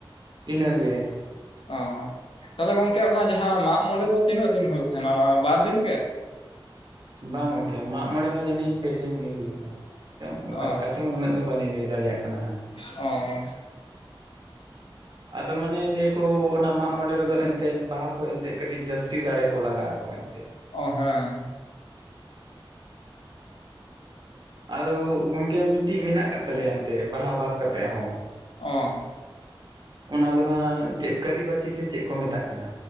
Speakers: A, on the right (about 50°); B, on the left (about 70°).
A: ᱤᱱᱟᱹ ᱜᱮ
B: ᱚ ᱛᱟᱦᱚᱞᱮ ᱜᱚᱝᱠᱮ ᱚᱱᱟ ᱡᱟᱦᱟ ᱢᱟᱸᱜᱽ ᱢᱚᱬᱮᱸ ᱫᱚ ᱛᱤᱱᱟᱹᱜ ᱫᱤᱱ ᱦᱩᱭᱩᱜ ᱛᱟᱦᱮᱸᱱᱟ ᱚᱱᱟ ᱵᱟᱨ ᱫᱤᱱ ᱜᱮ‍?
A: ᱵᱟᱝ ᱜᱚᱝᱠᱮ ᱢᱟᱸᱜᱽ ᱢᱚᱬᱮᱸ ᱦᱚᱸ ᱡᱟᱹᱱᱤᱡ ᱯᱮ ᱫᱤᱱ ᱜᱮ ᱦᱩᱭᱩᱜᱼᱟ ᱪᱚᱝ ᱚᱠᱟ
B: ᱚ
A: ᱞᱮᱠᱟ ᱪᱚᱝ ᱩᱱᱟᱹᱜ ᱫᱚ ᱵᱟᱹᱞᱤᱧ ᱞᱟᱹᱭ ᱫᱟᱲᱮᱭᱟᱜ ᱠᱟᱱᱟ ᱦᱟᱸᱜ
B: ᱚ
A: ᱟᱫᱚ ᱢᱟᱱᱮ ᱞᱟᱹᱭ ᱟᱠᱚ ᱚᱱᱟ ᱢᱟᱸᱜᱽ ᱢᱚᱬᱮᱸ ᱨᱮᱫᱚ ᱮᱱᱛᱮᱫ ᱵᱟᱦᱟ ᱠᱷᱚᱡ ᱮᱱᱛᱮᱫ ᱠᱟᱹᱴᱤᱡ ᱡᱟᱹᱥᱛᱤ ᱫᱟᱲᱮ ᱠᱚ ᱞᱟᱜᱟ ᱟᱠᱚ ᱮᱱᱛᱮᱫ
B: ᱚ ᱦᱮᱸ
A: ᱟᱫᱚ ᱜᱚᱝᱠᱮ ᱢᱤᱫᱴᱤᱡ ᱢᱮᱱᱟᱜ ᱟᱠᱟᱫ ᱛᱟᱞᱮᱭᱟ ᱮᱱᱛᱮᱫ ᱵᱟᱦᱟ ᱵᱟᱫ ᱠᱟᱛᱮᱜ ᱦᱚᱸ
B: ᱚ
A: ᱚᱱᱟ ᱫᱚ ᱦᱟᱸᱜ ᱪᱮᱫ ᱠᱟᱹᱨᱤᱵᱟᱹᱪᱤ ᱥᱮ ᱪᱮᱫ ᱠᱚ ᱢᱮᱛᱟᱜ ᱠᱟᱱᱟ᱾